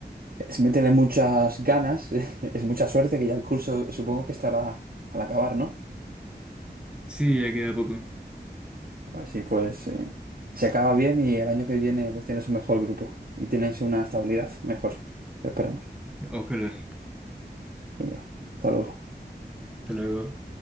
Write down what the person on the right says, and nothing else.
Es meterle muchas ganas, <laughs> es mucha suerte que ya el curso supongo que estará al acabar, ¿no?
Así pues, eh, se acaba bien y el año que viene pues tienes un mejor grupo y tienes una estabilidad mejor. Esperemos.
Venga, hasta luego.